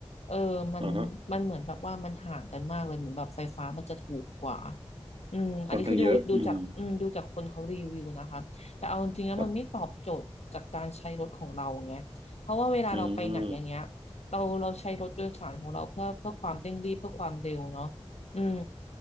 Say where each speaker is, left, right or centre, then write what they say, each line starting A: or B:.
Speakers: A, on the left; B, on the right.
A: เออมันมันเหมือนแบบว่ามันห่างกันมากเลยเหมือนแบบไฟฟ้ามันจะถูกกว่า
B: อ่าฮะ
A: อืมอันนี้คือดูดูจากอืมดูจากคนเขารีวิวนะคะแต่เอาจริงๆแล้วมันไม่ตอบโจทย์จากการใช้รถของเราไงเพราะว่าเวลาเราไปไหนอย่างเงี้ย
B: ค่อนข้างเยอะอืมครับอืม
A: เราเราใช้รถโดยสารของเราเพื่อเพื่อความเร่งรีบเพื่อความเร็วเนาะอืม